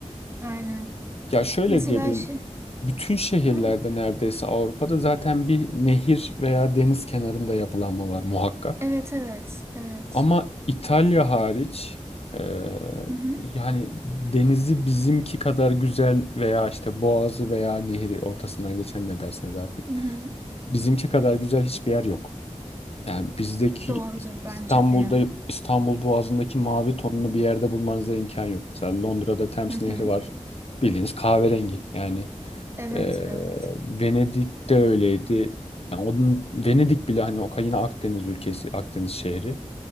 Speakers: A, on the right (about 20°); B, on the left (about 50°).
A: aynen.
B: Ya şöyle
A: Mesela
B: diyebilirim.
A: şey.
B: Bütün şehirlerde
A: Hı,
B: neredeyse Avrupa'da zaten bir nehir veya deniz kenarında yapılanma var muhakkak.
A: Evet evet evet.
B: Ama İtalya hariç e,
A: Hı hı,
B: yani denizi bizimki kadar güzel veya işte boğazı veya nehri ortasından geçen ne derseniz artık
A: hı hı.
B: bizimki kadar güzel hiçbir yer yok. Yani bizdeki
A: Doğrudur
B: İs-
A: bence
B: İstanbul'da
A: de ya.
B: İstanbul Boğazı'ndaki mavi tonunu bir yerde bulmanıza imkan yok. Mesela Londra'da Thames
A: Hı hı.
B: Nehri var bildiğiniz kahverengi yani
A: Evet
B: e,
A: evet.
B: Venedik'te öyleydi. Yani onun, Venedik bile hani o yine Akdeniz ülkesi, Akdeniz şehri.